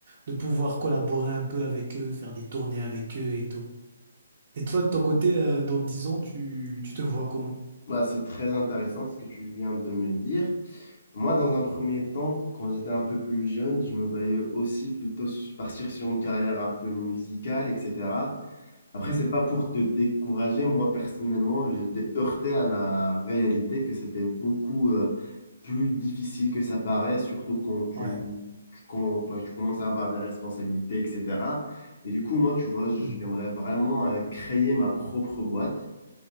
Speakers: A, on the right; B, on the left.
A: de pouvoir collaborer un peu avec eux, faire des tournées avec eux et tout. Et toi, de ton côté, euh, dans 10 ans, tu, tu te vois comment?
B: Bah, c'est très intéressant ce que tu viens de me dire. Moi, dans un premier temps, quand j'étais un peu plus jeune, je me voyais aussi plutôt s- partir sur une carrière un peu musicale, etc. Après,
A: Mhm.
B: c'est pas pour te décourager. Moi, personnellement, j'étais heurté à la réalité que c'était beaucoup euh, plus difficile que ça paraît, surtout quand tu,
A: Ouais.
B: tu- quand, toi, tu commences à avoir des responsabilités, etc. Et du coup, moi, tu vois, j'aimerais
A: Mhm.
B: vraiment euh, créer ma propre boîte.